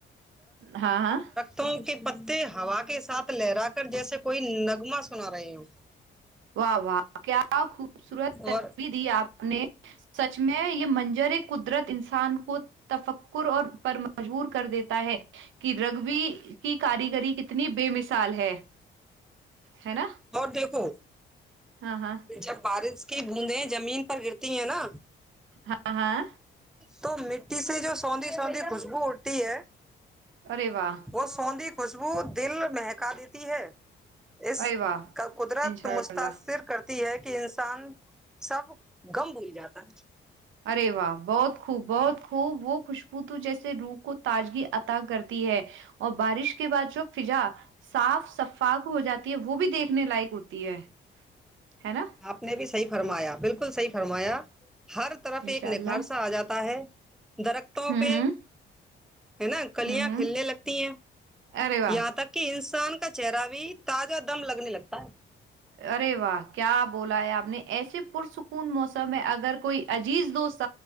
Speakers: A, on the right; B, in the centre.
A: ہاں ہاں
B: تو کے پتے ہوا کے ساتھ لہرا کر جیسے کوئی نغمہ سنا رہے ہو
A: واہ واہ کیا خوبصورت تصویر
B: اور
A: دی آپ سچ میں یہ منظر قدرت انسان کو تفکر اور پرم مجبور کر دیتا ہے کہ رگبی کی کاریگری کتنی بے مثال ہے ہے نا
B: اور دیکھو
A: ہاں ہاں
B: جب بارش کی بوندیں زمین پر گرتی ہیں نا
A: ہاں ہاں
B: تو مٹی سے جو سوندھی سوندھی خوشبو اٹتی ہے
A: ارے وا
B: وہ سوندھی خوشبو دل مہکا دیتی ہے اس
A: ارے واہ
B: کا قدرت
A: انشاء
B: متاثر
A: اللہ
B: کرتی ہے کہ انسان سب غم بھول جاتا ہے
A: ارے واہ بہت خوب بہت خوب وہ خوشبو تو جیسے روح کو تاذگی عطا کرتی ہے اور بارش کے بعد جو فضا صاف صفائی فاقو ہو جاتی ہے وہ بھی دیکھنے لائق ہوتی ہے ہے نا
B: آپ نے بھی صحیح فرمایا بالکل صحیح فرمایا ہر طرف
A: انشاء
B: ایک
A: اللہ
B: نکھار سا آ جاتا ہے درختوں
A: ہوں
B: پہ
A: ہوں
B: ہے نا کلیاں
A: ہوں ہوں
B: کھیلنے لگتی ہیں
A: ارے واہ
B: یہاں تک کہ انسان کا چہرہ بھی تازہ دم لگنے لگتا ہے
A: ارے واہ کیا بولا ہے آپ نے ایسے پرسکون موسم میں اگر کوئی عزیز دوست